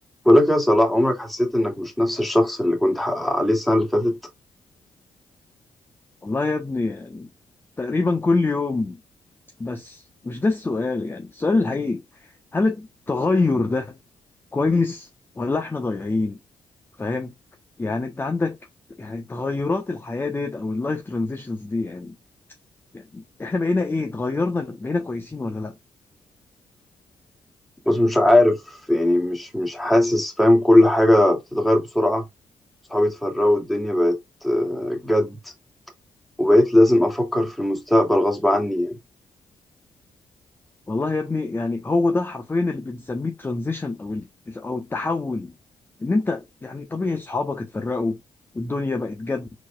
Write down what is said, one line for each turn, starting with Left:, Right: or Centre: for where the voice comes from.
Centre: بقول لك يا صلاح عمرك حسيت انك مش نفس الشخص اللي كنت ح- عليه السنة اللي فاتت
Left: والله يا ابني يعني تقريبا كل يوم بس مش ده السؤال يعني السؤال الحقيقي هل التغير ده كويس ولا احنا ضايعين فاهم يعني انت عندك يعني تغيرات الحياة ديت او اللايف ترانزيشنز دي يعني يعني احنا بقينا ايه اتغيرنا بقينا كويسين ولا لا
Centre: بس مش عارف يعني مش مش حاسس فاهم كل حاجة بتتغير بسرعة صحابي اتفرقوا والدنيا بقت آه، جد وبقيت لازم افكر في المستقبل غصب عني يعني
Left: والله يا ابني يعني هو ده حرفيا اللي بنسميه ترانزيشن او ال- او التحول ان انت يعني طبيعي صحابك اتفرقوا والدنيا بقت جد